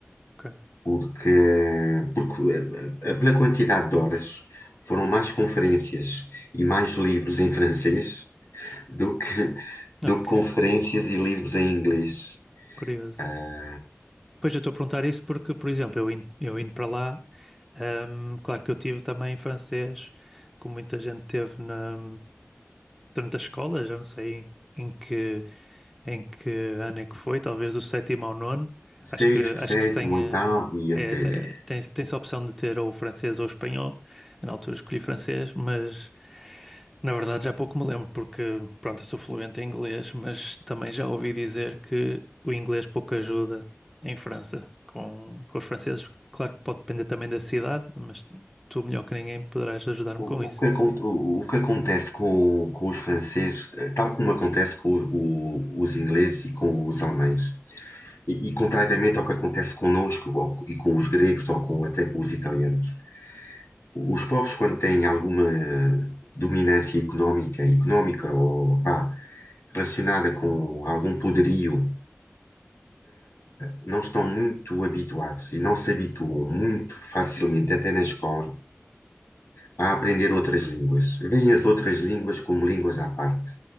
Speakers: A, in the centre; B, on the left (about 65°).
A: Ok,
B: porque, porque eh, eh, pela quantidade de horas foram mais conferências e mais livros em francês do que, do
A: ok,
B: que conferências e livros em inglês.
A: curioso.
B: Eh,
A: Pois eu estou a perguntar isso porque, por exemplo, eu indo, eu indo para lá. Ahm, claro que eu tive também francês, como muita gente teve na, durante a escola, já não sei em que, em que ano é que foi, talvez do sétimo ao nono. Acho
B: Sexto,
A: que, acho
B: sétimo,
A: que se tem,
B: oitavo
A: eh,
B: e até.
A: é, te- tem, tem-se a opção de ter ou francês ou espanhol. Eu, na altura escolhi francês, mas na verdade, já pouco me lembro, porque, pronto, eu sou fluente em inglês, mas também já ouvi dizer que o inglês pouco ajuda em França com, com os franceses. Claro que pode depender também da cidade, mas tu, melhor que ninguém, poderás ajudar-me
B: O,
A: com isso.
B: o que, acon- o, o que acontece com, com os franceses, eh, tal como acontece com o- o- os ingleses e com os alemães, e, e contrariamente ao que acontece connosco ou co- e com os gregos ou com, até com os italianos, os povos, quando têm alguma dominância económica, económica ou vá, relacionada com algum poderio, não estão muito habituados e não se habituam muito facilmente, até na escola, a aprender outras línguas. Veem as outras línguas como línguas à parte.